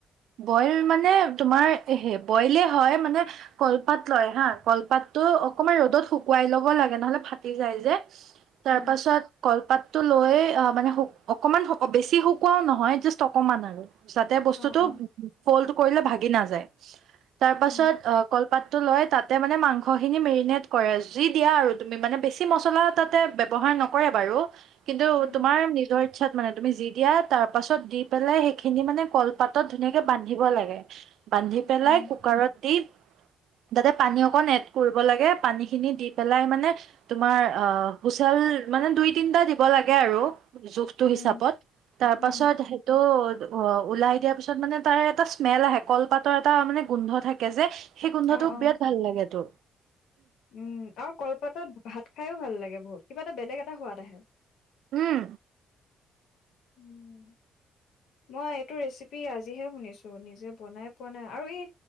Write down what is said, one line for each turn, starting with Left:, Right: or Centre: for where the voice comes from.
Right: বইল মানে তোমাৰে বইলে হয় মানে কলপাত লয় হা কলপাততটো অকমান ৰ'দত শুকুৱাই লব লাগে নহলে ফাটি যায় যে তাৰ
Left: উম,
Right: পাছত কলপাততটো লৈ আহ মানে অকমান বেছি শুকোৱাও নহয় জাষ্ট অকমান আৰু যাতে বস্তুতটো
Left: অ', অ',
Right: ফল্ড কৰিলে ভাগি নাযায় তাৰ পাছত
Left: উম,
Right: অ কলপাত তাতে লৈ মানে মাংস খিনি মেগনেত কৰে যি দিয়া আৰু তুমি মানে বেছি মছলা তাতে ব্যৱহাৰ নকৰে বাৰু কিন্তু
Left: উম,
Right: তোমাৰ নিজৰ ইচ্ছাত মানে তুমি যি দিয়া তাৰ পাছত দি পেলাই সেইখিনি মানে কলপাতত ধুনীয়াকে বান্ধিব লাগে বান্ধি পেলাই
Left: উম,
Right: কুকাৰত দি তাতে পানী অকণ এড কৰিব লাগে পানী খিনি দি পেলাই মানে তোমাৰ আহ হুচেল মানে দুই তিনটা দিব লাগে আৰু জোখটো
Left: উম,
Right: হিচাপত তাৰ
Left: উম,
Right: পাছত স ত' অ ওলাই দিয়া পিছত তত মানে তাৰ এটা স্মেল আহে কলপাতৰ এটা মানে গোন্ধ থাকে যে সেই গোন্ধটোক
Left: অ', অ',
Right: বিৰাট ভাল লাগেত তো
Left: উম আৰু কলপাতত ভাত খাইও ভাল লাগে বহুত কিবা এটা বেলেগ এটা সোৱাদ আহে
Right: উম
Left: উম মই এইটো ৰেচিপি আজিহে শুনিছো নিজে বনাই পোৱা নাই আৰু এই